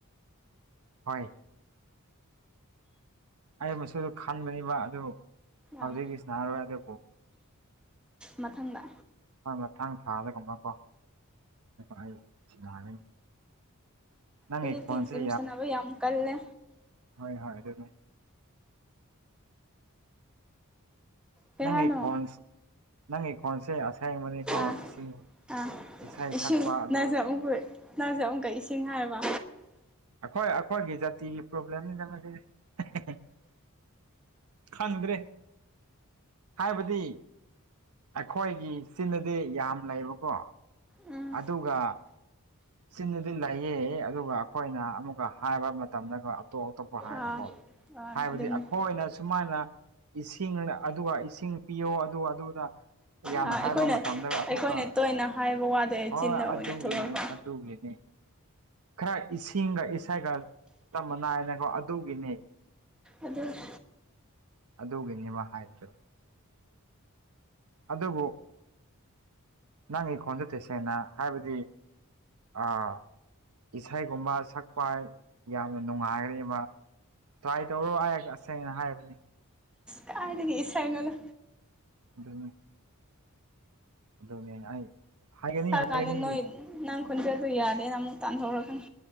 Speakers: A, on the right; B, in the centre.
A: ꯍꯣꯢ ꯑꯩ ꯑꯃꯁꯨ ꯈꯟꯕꯅꯦꯕ ꯑꯗꯨ ꯍꯧꯖꯤꯛꯀꯤ
B: ꯑꯥ
A: ꯁꯥꯟꯅꯔꯣꯏ ꯑꯗꯨꯕꯨ
B: ꯃꯊꯪꯗ
A: ꯍꯣꯢ ꯃꯊꯪ ꯊꯥꯗꯒꯨꯝꯕꯀꯣ ꯑꯩ ꯁꯥꯟꯅꯒꯅꯤ ꯅꯪꯒꯤ
B: ꯍꯧꯖꯤꯛꯇꯤ
A: ꯈꯣꯟꯁꯦ
B: ꯖꯤꯝ ꯁꯥꯟꯅꯕ ꯌꯥꯝ ꯀꯜꯂꯦ
A: ꯍꯣꯏ ꯍꯣꯏ ꯑꯗꯨꯅꯤ
B: ꯀꯩ
A: ꯅꯪꯒꯤ
B: ꯍꯥꯏꯅꯣ
A: ꯀꯣꯟꯁ ꯅꯪꯒꯤ ꯀꯣꯟꯁꯦ ꯑꯁꯦꯡꯕꯅꯤꯀꯣ
B: ꯑꯥ
A: ꯏꯁꯤꯡ
B: ꯑꯥ
A: ꯏꯁꯩ
B: ꯏꯁꯤꯡ
A: ꯁꯛꯄ ꯑꯗꯨ
B: ꯅꯪꯁꯨ ꯑꯃꯨꯛꯀ ꯅꯪꯖꯨ ꯑꯃꯨꯛꯀ ꯏꯁꯤꯡ ꯍꯥꯏꯔꯕ
A: ꯑꯩꯈꯣꯏ ꯑꯩꯈꯣꯏꯒꯤ ꯖꯥꯇꯤꯒꯤ ꯄ꯭ꯔꯣꯕ꯭ꯂꯦꯝꯅꯤꯗ ꯃꯁꯤꯗꯤ ꯍꯦꯍꯦ ꯍꯤ ꯈꯟꯗ꯭ꯔꯦ ꯍꯥꯏꯕꯗꯤ ꯑꯩꯈꯣꯏꯒꯤ ꯆꯤꯟꯅꯗꯤ ꯌꯥꯝ ꯂꯩꯌꯦꯕꯀꯣ
B: ꯎꯝ
A: ꯑꯗꯨꯒꯥ ꯆꯤꯤꯟꯗꯨꯗꯤ ꯂꯩꯌꯦꯑꯦ ꯑꯗꯨꯒ ꯑꯩꯈꯣꯏꯅ ꯑꯃꯨꯛꯀ ꯍꯥꯏꯕ ꯃꯇꯝꯗꯒ ꯑꯇꯣꯞ ꯑꯇꯣꯞꯄ ꯍꯥꯏꯕꯀꯣ
B: ꯑꯥ ꯑꯥ
A: ꯍꯥꯏꯕꯗꯤ
B: ꯑꯗꯨꯅꯤ
A: ꯑꯩꯈꯣꯏꯅ ꯁꯨꯃꯥꯏꯅ ꯏꯁꯤꯡ ꯑꯗꯨꯒ ꯏꯁꯤꯡ ꯄꯤꯌꯣ ꯑꯗꯨ ꯑꯗꯨꯗ ꯌꯥꯝꯅ
B: ꯑꯥ ꯑꯩꯈꯣꯏꯅ
A: ꯍꯥꯏꯕ ꯃꯇꯝꯗ
B: ꯑꯩꯈꯣꯏꯅ
A: ꯑꯃꯨꯛꯀ
B: ꯇꯣꯏꯅ ꯍꯥꯏꯕ ꯋꯥꯗꯣ ꯑꯦ
A: ꯍꯣꯏ
B: ꯆꯤꯟꯅ ꯑꯣꯏꯅ
A: ꯑꯗꯨꯒꯤꯅꯤ
B: ꯊꯣꯛꯂꯛꯄ
A: ꯑꯗꯨꯒꯤꯅꯤ ꯈꯔ ꯏꯁꯤꯡꯒ ꯏꯁꯩꯒ ꯇꯃ ꯅꯥꯏꯅꯀꯣ ꯑꯗꯨꯒꯤꯅꯤ
B: ꯑꯗꯨꯅꯤ
A: ꯑꯗꯨꯒꯤꯅꯦꯕ ꯍꯥꯏꯁꯨ ꯑꯗꯨꯕꯨ ꯅꯪꯒꯤꯈꯣꯟꯗꫭ ꯇꯁꯦꯡꯅ ꯍꯥꯏꯕꯗꯤ ꯑ ꯏꯁꯩꯒꯨꯝꯕ ꯁꯛꯄ ꯌꯥꯝꯅ ꯅꯨꯡꯉꯥꯏꯒꯅꯤꯕ ꯇ꯭ꯔꯥꯏ ꯇꯧꯔꯣ ꯑꯩ ꯇꯁꯦꯡꯅ ꯍꯥꯏꯔꯕꯅꯤ
B: ꯀꯗꯥꯥꯏꯗꯒꯤ ꯏꯁꯩꯅꯣꯗ
A: ꯑꯗꯨꯅꯤ ꯑꯗꯨꯅꯦ ꯑꯩ ꯍꯥꯏꯒꯅꯤ
B: ꯁꯛ
A: ꯍꯥꯏꯒꯅꯤ
B: ꯑꯀꯥꯟꯗ ꯅꯣꯏ ꯅꯪ ꯈꫭꯟꯖꯦꯜꯗꫭ ꯑꯗꯨ ꯌꯥꯗꯦꯅ ꯑꯃꯨꯛ ꯇꯥꯟꯊꯣꯔꯛꯀꯅꯤ